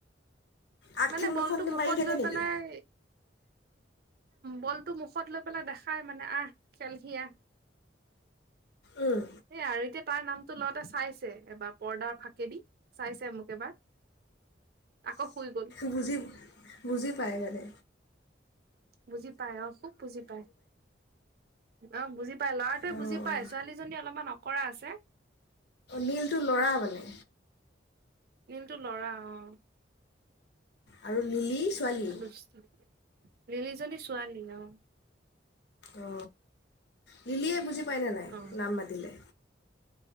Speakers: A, on the left; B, on the right.
A: আগ
B: মানে
A: ঠেং
B: বলটো
A: দুখন দি
B: মুখত
A: মাৰি থাকে
B: লৈ
A: নেকি
B: পেলাই বলটো মুখত লৈ পেলাই দেখায় মানে আহ, খেলহি আহ।
A: উম,
B: সেইয়া আৰু এতিয়া তাৰ নামটো লওঁতে চাইছে, এবাৰ পৰ্দাৰ ফাঁকেদি চাইছে মোক এবাৰ। আকৌ শুই গ'ল
A: বুজি বুজি পায় মানে।
B: বুজি পাই অ খুব বুজি পায়। অ বুজি ল'ৰাটোৱে
A: অঁ
B: বুজি পাই ছোৱালীজনী অলপমান অ কৰা আছে
A: নীলটো ল'ৰা মানে।
B: নীলটো ল'ৰা অ
A: আৰু লিলি ছোৱালী
B: <unintelligible> লিলিজনী ছোৱালী ন?
A: অ, লিলিয়ে বুজি <unintelligible> নাই
B: অ
A: নাম মাতিলে?